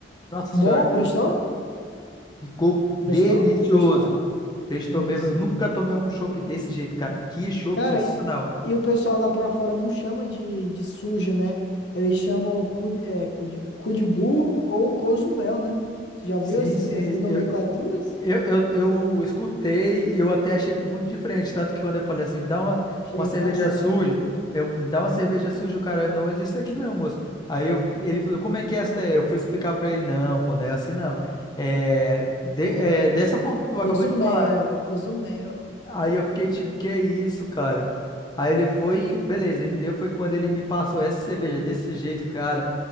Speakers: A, on the left; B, on the left.
A: Nossa
B: Bom,
A: senhora,
B: prestou?
A: ficou delicioso.
B: Prestou? Prestou?
A: Prestou mesmo.
B: Aí sim.
A: Eu nunca tomei um chopp desse jeito, cara. Que chopp
B: Cara,
A: sensacional.
B: e, e o pessoal lá pra fora não chama de, de suja, né? Eles chamam cu, de- é, cu, de, cu de burro ou cozumel, né? Tu já viu
A: Sim,
B: esses,
A: sim.
B: essas
A: Eu,
B: nomenclaturas?
A: Eu, eu, eu escutei e eu até achei muito diferente. Tanto que quando eu falei assim, me dá uma,
B: Achei
A: uma cerveja
B: engraçado,
A: suja, eu, me dá uma cerveja suja, o cara não existe aqui não, moço. Aí eu, ele falou, como é que é essa daí? Eu fui explicar pra ele, não, pô, não é assim não. É, de- é dessa forma
B: ó.
A: que
B: É o
A: tu
B: Cozumel,
A: acabou de falar, né?
B: é o cozumel.
A: Aí eu fiquei tipo, que isso, cara? Aí ele foi, beleza, ele me deu, foi quando ele me passou essa cerveja desse jeito, cara.